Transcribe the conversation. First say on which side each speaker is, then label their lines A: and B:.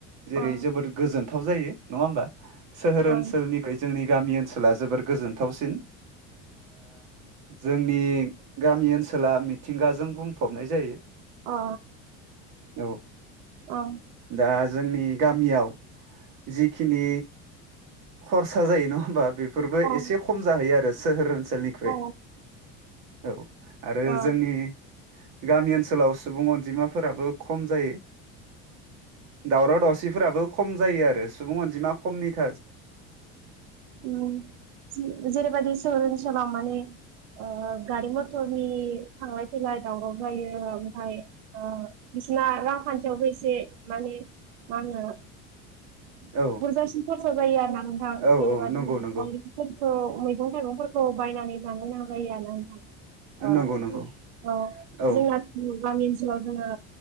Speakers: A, on the right; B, on the right.
A: जेरै
B: अ
A: जोबोद गोजोनथाव जायो नङा होमबा सोहोर
B: अ
A: ओनसोलनिख्रुइ जोंनि गामि ओनसोला जोबोद जोबोर गोजोनथावसिन जोंनि गामि ओनसोला मिथिंगाजों बुंफबनाय जायो।
B: अ
A: औ
B: अ।
A: दा जोंनि गामियाव जिखिनि खरसा जायो नङा होमबा। बेफोरबो
B: अ
A: एसे खम जाहैयो आरो सोहोर ओनसोलनिख्रुय।
B: अ
A: औ आरो
B: अ
A: जोंनि। गामि ओनसोलाव सुबुं अनजिमाफोराबो खम जायो। दावराव दावसिफोराबो खम जायो आरो सुबुं अनजिमा खमनिथ।
B: औ जेरैबायदि सोहोर ओनसोलाव माने। ओ गारि मथरनि थांलाय फैलाय दावराव जायो ओमफ्राय ओ। जना रांखान्थियावबो एसे माने मा होनो।
A: औ
B: बुरजासिन खरसा जायो आरो ना नोंथां
A: औ
B: जेनेबा
A: औ नंगौ
B: दिनै
A: नंगौ
B: बफोरखौ। मैगं थाइगंफोरखौ बायनानै जानो नांजायो ना नों। औ
A: नंगौ नंगौ औ
B: जोंना। गामि ओनसोलाव जोङो